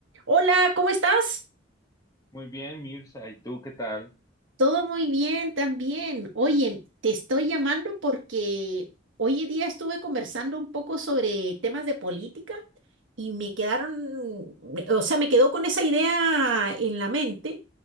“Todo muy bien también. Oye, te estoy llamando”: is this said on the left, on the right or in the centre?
Right